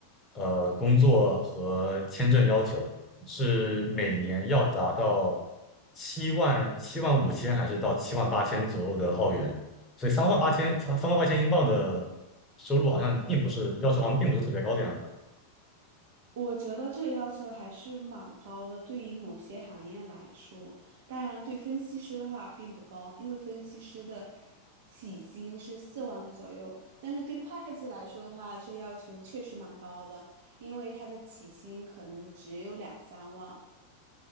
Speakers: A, on the left; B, on the right.
A: 呃工作和签证要求是每年要达到七万七万五千还是到七万八千左右的澳元，所以三万八千三万八千英镑的收入好像并不是要求，好像并不是特别高的样子。
B: 我觉得这个要求还是蛮高的，对于某些行业来说，当然对分析师的话并不高，因为分析师的起薪是四万左右，但是对会计来说的话，这要求确实蛮高的，因为他的起薪可能只有两三万。